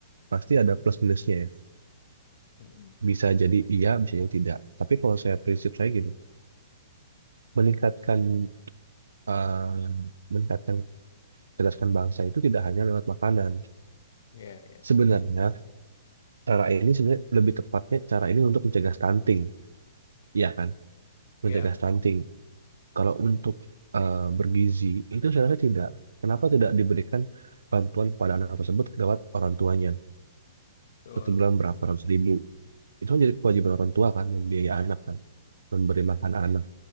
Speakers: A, on the right (about 80°); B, on the left (about 60°).
A: pasti ada plus minusnya ya.
B: Hmm.
A: Bisa jadi iya, bisa jadi tidak. Tapi kalau saya prinsip saya gini, meningkatkan eh meningkatkan cerdaskan bangsa itu tidak hanya lewat makanan.
B: Iya, iya.
A: Sebenarnya cara ini sebenarnya lebih tepatnya cara ini untuk mencegah stunting, ya kan?
B: Iya,
A: Mencegah
B: betul.
A: stunting. Kalau untuk eh, bergizi itu saya rasa tidak. Kenapa tidak diberikan bantuan kepada anak tersebut lewat orang tuanya?
B: Betul,
A: Satu bulan
B: betul.
A: berapa ratus ribu? Itu kan jadi kewajiban orang tua kan, membiayai anak kan, memberi makan anak.